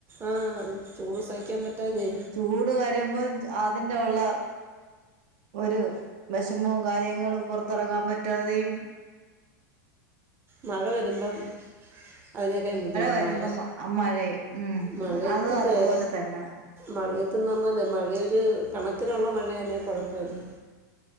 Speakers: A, on the right (about 20°); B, on the right (about 55°).
A: ആഹ് ചൂട് സഹിക്കാൻ പറ്റാഞ്ഞേ
B: ചൂട് വരുമ്പോം ച്ച അതിനുള്ള ഒരു വെഷമോം കാര്യങ്ങളും പൊറത്തറങ്ങാൻ പറ്റാതെയും
A: മഴ വരുമ്പം അതിനേക്കാൾ ബുദ്ധിമുട്ട്
B: വരുമ്പം
A: മഴ
B: മഴയെ ഉം
A: മഴത്ത്
B: അതും
A: പ്പയെ
B: അതുപോലെ തന്നെ
A: മഴയത്ത്ന്ന് പറഞ്ഞാല്ലേ മഴയൊരു കണക്കിനുള്ള മഴയാന്നെ കൊഴപ്പവില്ല